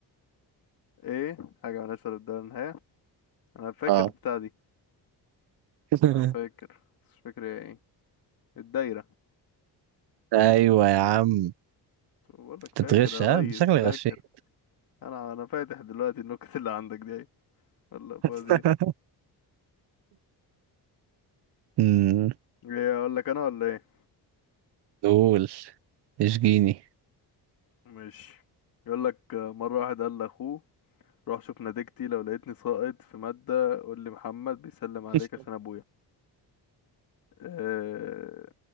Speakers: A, on the left; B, on the right.
A: ايه حاجة من أسفل الدايرة للنهاية أنا فاكر
B: اه
A: البتاع دي
B: <laughs>
A: أنا فاكر بس مش فاكر هي ايه الدايرة
B: ايوه يا عم
A: بقول لك
B: انت
A: فاكر
B: بتغش
A: يا
B: ها
A: ريس
B: شكلك
A: فاكر
B: غشيت
A: أنا أنا فاتح دلوقتي النكت اللي عندك دي أهي. والله فوزي
B: <laughs> امم
A: ايه أقول لك أنا ولا ايه
B: قول اشجيني
A: ماشي يقول لك آه، مرة واحد قال لأخوه روح شوف نتيجتي لو لقيتني ساقط في مادة قول لي محمد بيسلم عليك
B: <laughs>
A: عشان أبويا أه